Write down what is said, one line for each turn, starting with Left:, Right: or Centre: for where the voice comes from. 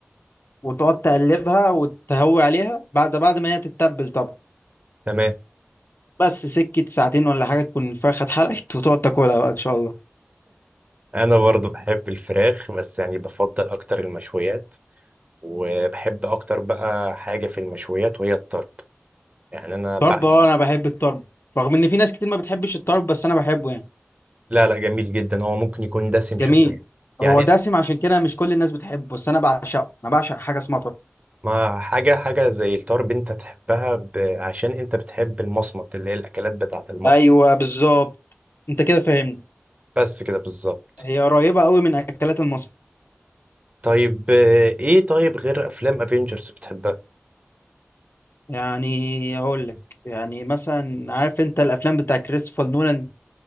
Left: وتقعد تقلبها وتهوي عليها بعد بعد ما هي تتبل طبعا
Right: تمام
Left: بس سكة ساعتين ولا حاجة تكون الفرخة اتحرقت <laughs> وتقعد تاكلها بقى إن شاء الله
Right: انا برضو بحب الفراخ بس يعني بفضل اكتر المشويات وبحب اكتر بقى حاجة في المشويات وهي الطرب يعني انا
Left: طرب
Right: بعشق
Left: اه أنا بحب الطرب رغم إن في ناس كتير ما بتحبش الطرب بس أنا بحبه يعني
Right: لا لا جميل جدا هو ممكن يكون دسم
Left: جميل
Right: شوية يعني
Left: هو دسم عشان كده مش كل الناس بتحبه بس أنا بعشقه أنا بعشق حاجة اسمها طرب
Right: ما حاجة حاجة زي الطرب انت تحبها ب... عشان انت بتحب المصمت اللي هي الاكلات بتاعة المصمت
Left: أيوه بالظبط أنت كده فاهمني
Right: بس كده بالظبط
Left: هي قريبة قوي من أكلات المصمت
Right: طيب آه، ايه طيب غير افلام افنجرز بتحبها
Left: يعني أقول لك يعني مثلا عارف أنت الأفلام بتاع كريستوفر نولان